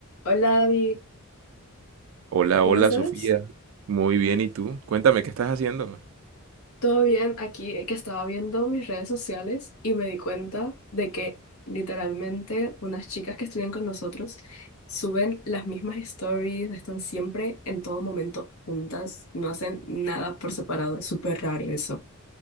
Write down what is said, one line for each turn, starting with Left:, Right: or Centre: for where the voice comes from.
Left: Hola David,
Right: Hola,
Left: ¿cómo
Right: hola
Left: estás?
Right: Sofía. Muy bien, ¿y tú? Cuéntame, ¿qué estás haciendo?
Left: ¿Todo bien? Aquí eh, que estaba viendo mis redes sociales y me di cuenta de que literalmente unas chicas que estudian con nosotros suben las mismas stories, están siempre en todo momento juntas, no hacen nada por separado, es súper raro eso.